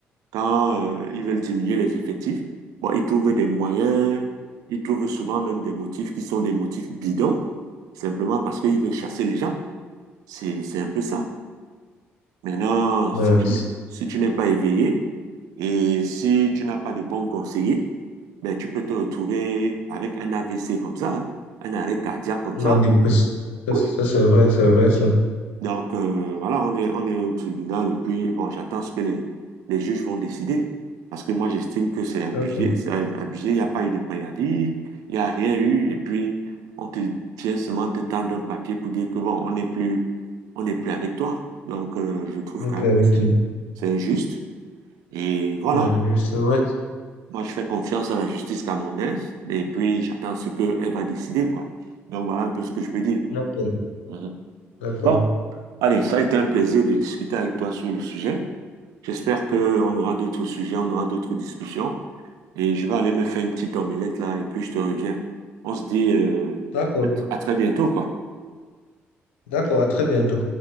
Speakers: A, on the right (about 70°); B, on the left (about 80°).
A: quand euh, ils veulent diminuer les effectifs, bon, ils trouvent des moyens, ils trouvent souvent même des motifs qui sont des motifs bidons, simplement parce qu'ils veulent chasser les gens. C'est, c'est un peu ça. Maintenant,
B: Ouais.
A: si tu, n'es- si tu n'es pas éveillé et si tu n'as pas de bons conseillers, ben, tu peux te retrouver avec un AVC comme ça, hein, un arrêt cardiaque comme
B: Non,
A: ça.
B: dépressif. Ça,
A: Oui,
B: ça, c'est vrai, c'est vrai, ça.
A: Donc, euh, voilà, on est, on est au tribunal et puis, bon, j'attends ce que les, les juges vont décider. Parce que moi, j'estime que c'est abusé,
B: D'accord.
A: c'est abusé, il n'y a pas eu de préavis, il n'y a rien eu. Et puis, on te vient seulement te tendre un papier pour dire que, bon, on n'est plus, on n'est plus avec toi. Donc, euh, je trouve
B: Ok,
A: quand même
B: ok.
A: que c'est, c'est injuste. Et voilà,
B: Euh, C'est vrai.
A: moi, je fais confiance à la justice camerounaise et puis, j'attends ce qu'elle va décider, quoi. Donc, voilà un peu ce que je peux dire.
B: D'accord.
A: Mhm.
B: D'accord.
A: Bon, allez, ça a été un plaisir de discuter avec toi sur le sujet. J'espère qu'on aura d'autres sujets, on aura d'autres discussions. Et je vais aller me faire une petite omelette là, et puis je te reviens. On se dit euh,
B: D'accord.
A: à tr- à très bientôt, quoi.
B: D'accord. À très bientôt.